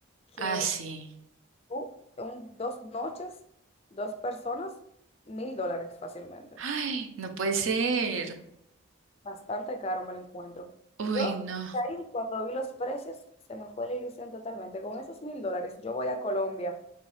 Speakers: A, on the left (about 30°); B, on the right (about 70°).
A: que
B: Ah, sí.
A: tú, un, dos noches, dos personas, mil dólares fácilmente.
B: Ay, no puede ser.
A: Bastante caro me lo encuentro.
B: Uy,
A: Yo
B: no.
A: ahí cuando vi los precios se me fue la ilusión totalmente. Con esos mil dólares yo voy a Colombia